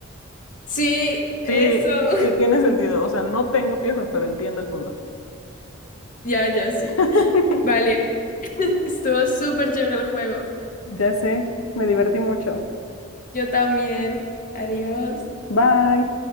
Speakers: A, on the left; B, on the left.
A: Sí, eso.
B: Sí,
A: <laughs>
B: sí, tiene sentido. O sea, no tengo piojos, pero entiendo el punto.
A: Ya, ya, sí.
B: <laughs>
A: Vale. <laughs> Estuvo súper chévere el juego.
B: Ya sé. Me divertí mucho.
A: Yo también. Adiós.
B: Bye.